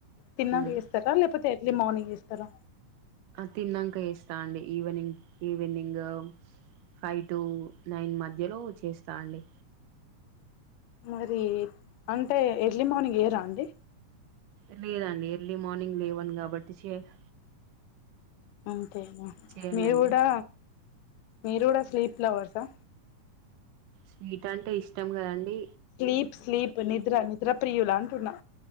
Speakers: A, on the left; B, on the right.
A: తిన్నాంక
B: ఉమ్
A: చేస్తరా లేకపోతే ఎర్లీ మార్నింగ్ చేస్తరా
B: తిన్నాంక చేస్తా అండి evening evening five to nine మధ్యలో చేస్తా అండి
A: మరి అంటే ఎర్లీ మార్నింగ్ ఏయరా అండి
B: ర్లేదండి ఎర్లీ మార్నింగ్ లేవన్ కాబట్టి చేస్
A: అంతేనా
B: చేయనండి
A: మీరు కూడా మీరు కూడా స్లీప్ లవర్సా
B: స్వీట్ అంటే ఇష్టం గదండి
A: స్లీప్ స్లీప్ నిద్ర నిద్ర ప్రియులా అంటున్నా